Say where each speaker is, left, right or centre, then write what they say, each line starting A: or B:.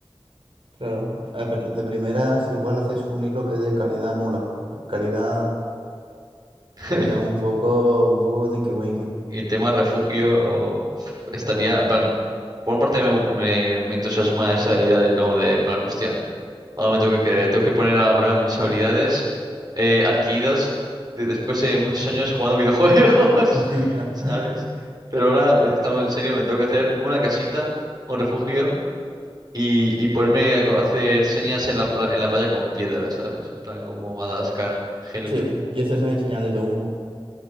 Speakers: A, on the right; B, on the right.
A: Claro, a pr- de primeras igual haces un hilo que es de calidad nula, calidad,
B: <laughs>
A: calidad un poco, un poco tinky winky.
B: y el tema refugio uf, estaría, en plan, por una parte me, me, me entusiasma esa idea de, no, de, en plan, hostia, ahora me tengo que, que- tengo que poner a prueba mis habilidades eh, adquiridas de- después de muchos años jugando videojuegos,
A: <laughs>
B: <laughs> ¿sabes? Pero ahora, eh, estamos en serio, me tengo que hacer una casita, un refugio. y, y ponerme a co- a hacer señas en la, pla- en la playa con piedras, ¿sabes? En plan como Madagascar, help,
A: Sí, y hacer también señales de humo.